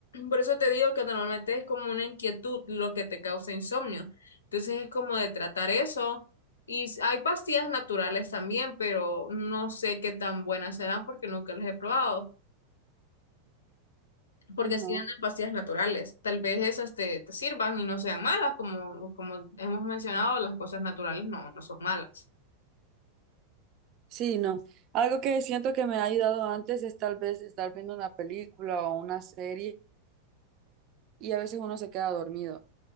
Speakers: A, on the left; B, on the right.
A: Por eso te digo que normalmente es como una inquietud lo que te causa insomnio. Entonces es como de tratar eso. Y s- hay pastillas naturales también, pero no sé qué tan buenas serán porque nunca las he probado. Porque
B: Ajá.
A: así venden pastillas naturales. Tal vez esas te, te sirvan y no sean malas, como, como hemos mencionado, las cosas naturales no, no son malas.
B: Sí, no. Algo que siento que me ha ayudado antes es tal vez estar viendo una película o una serie y a veces uno se queda dormido.